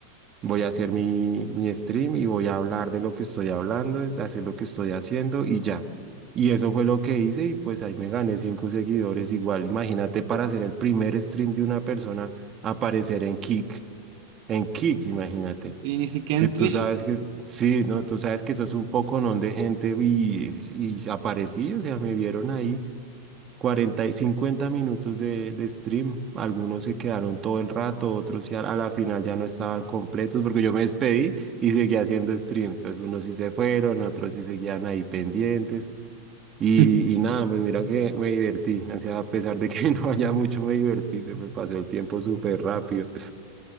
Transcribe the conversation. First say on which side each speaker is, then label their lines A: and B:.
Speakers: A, on the right; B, on the right.
A: Voy a hacer mi, mi stream y voy a hablar de lo que estoy hablando, de hacer lo que estoy haciendo y ya. Y eso fue lo que hice y pues ahí me gané cinco seguidores. Igual, imagínate para hacer el primer stream de una persona, aparecer en Kick, en Kick, imagínate.
B: Y ni siquiera
A: Que
B: en
A: tú
B: Twitch.
A: sabes que, es- sí, ¿no? Tú sabes que sos un poconón de gente y, y aparecí, o sea, me vieron ahí 40 y 50 minutos de, de stream. Algunos se quedaron todo el rato, otros ya a la final ya no estaban completos porque yo me despedí y seguía haciendo stream. Entonces unos sí se fueron, otros sí seguían ahí pendientes. Y,
B: <laughs>
A: y nada, pues mira que me divertí. O sea, a pesar de que <laughs> no haya mucho, me divertí. Se me pasó el tiempo súper rápido.